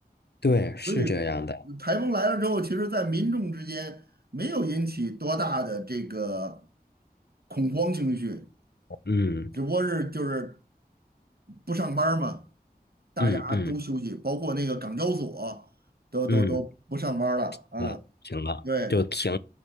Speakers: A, on the left; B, on the right.
A: 对，是这样的，
B: 所以台风来了之后，其实，在民众之间没有引起多大的这个恐慌情绪，
A: 嗯
B: 只不过是就是不上班儿嘛，大家都休息，
A: 嗯嗯
B: 包括那个港交所都都都不上班儿了，
A: 嗯，
B: 啊，
A: 那停了，
B: 对
A: 就停，